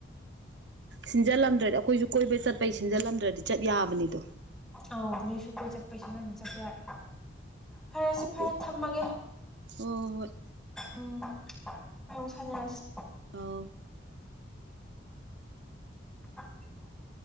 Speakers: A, on the right; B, in the centre.
A: ꯁꯤꯟꯖꯜꯂꯝꯗ꯭ꯔꯗꯤ ꯑꯩꯈꯣꯏꯖꯨ ꯀꯣꯏꯕꯩ ꯆꯠꯄꯩ ꯁꯤꯟꯖꯜꯂꯝꯗ꯭ꯔꯗꯤ ꯆꯠ ꯌꯥꯕꯅꯤꯗꯣ
B: ꯑꯥꯎ ꯅꯣꯏꯁꯨ ꯀꯣꯏ ꯆꯠꯄꯩ ꯁꯤꯂꯝꯗ꯭ꯔꯗꯤ ꯆꯠꯄ ꯌꯥꯏ ꯐꯔꯦꯁꯤ ꯐꯔꯦ
A: ꯍꯣꯏ
B: ꯊꯝꯃꯒꯦ
A: ꯍꯣꯏ
B: ꯎꯝ <unintelligible> ꯁꯥꯟꯅꯔꯁꯤ
A: ꯑꯥꯎ
B: <inaudible>